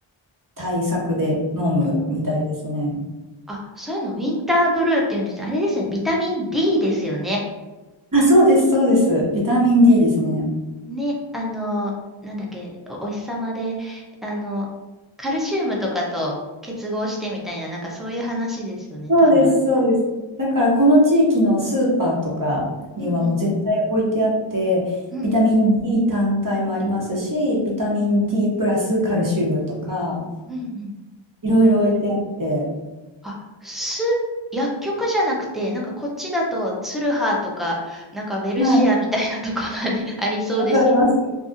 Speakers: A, on the right; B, in the centre.
A: 対策で飲むみたいですね。
B: うんあ、そういうの、ウィンターブルーっていうんです。あれですね、ビタミン D ですよね。
A: あ、そうです、そうです。ビタミン D ですね。
B: ね、あの、なんだっけ、お、お日様で、あの、カルシウムとかと結合してみたいな、なんかそういう話ですよね、
A: そうです、
B: 多分。
A: そうです。だからこの地域のスーパーとかにはもう絶対置いてあって、
B: うんうん。うん
A: ビタミン D 単体もありますし、ビタミン D プラスカルシウムとか、
B: うんうん。
A: いろいろ置いてあって、
B: あ、す、薬局じゃなくて、なんかこっちだとツルハとか、なんかウェルシアみたいなところに
A: はい、
B: <laughs> ありそうですけど、
A: わかります。